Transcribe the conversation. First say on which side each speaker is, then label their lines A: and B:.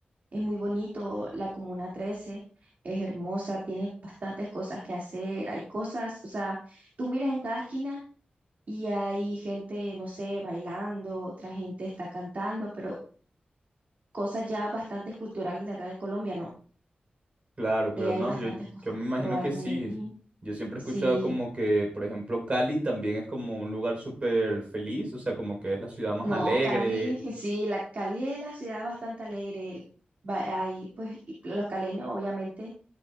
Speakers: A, on the right; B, on the right.
A: es muy bonito. La Comuna 13 es hermosa, tiene bastantes cosas que hacer. Hay cosas, o sea, tú miras en cada esquina y hay gente, no sé, bailando, otra gente está cantando, pero cosas ya bastante culturales de acá de Colombia, ¿no?
B: claro, claro,
A: eh, hay
B: no,
A: bastantes
B: yo,
A: cosas
B: yo me
A: que
B: imagino
A: probar
B: que
A: en
B: sí.
A: Medellín.
B: Yo siempre
A: Sí,
B: he escuchado como que, por ejemplo, Cali también es como un lugar súper feliz, o sea, como que es la ciudad más
A: no,
B: alegre.
A: Cali, <laughs> sí, la Cali es la ciudad bastante alegre. Va- Ahí, pues, y los caleños obviamente